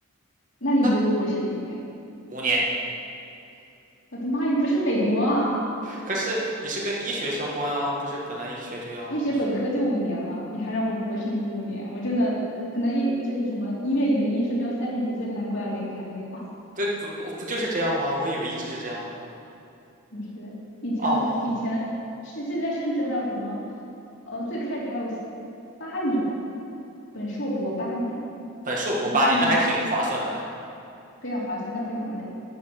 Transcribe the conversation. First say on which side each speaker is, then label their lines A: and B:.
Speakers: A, on the left; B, on the right.
A: 那你觉得博士几年？
B: 那五年？
A: 我的妈呀，不是美国啊！
B: 可是你是跟医学相关啊，不是本来医学就要学？
A: 医学本科就五年了，你还让我博士读五年，我真的可能一就是什么医院里的医生都要三十几岁才能过来给你看病了。
B: 对，不不就是这样吗？我以为一直是这样的。
A: <laughs> 不是以前的以前是现在甚至还有什么，
B: 哦，
A: 呃，最开始还有八年，本硕博八年的嘛，
B: 本硕博八年，
A: 就八年
B: 那还挺划算的哎
A: 非常划算，但非常累。